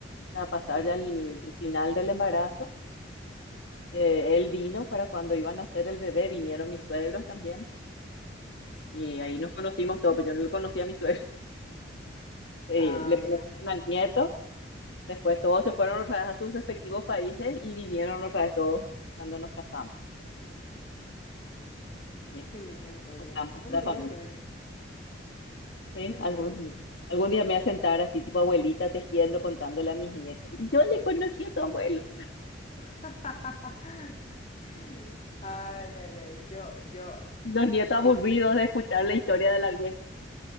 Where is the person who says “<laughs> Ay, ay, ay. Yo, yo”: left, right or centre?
Left